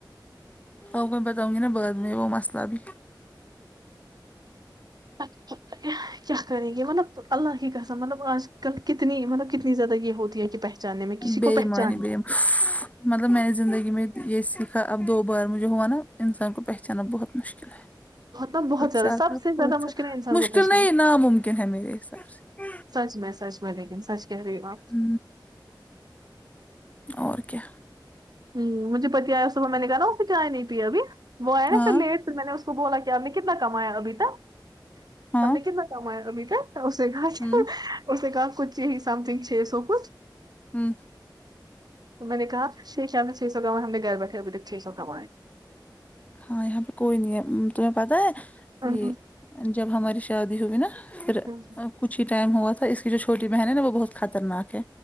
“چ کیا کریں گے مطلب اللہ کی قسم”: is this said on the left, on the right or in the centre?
Right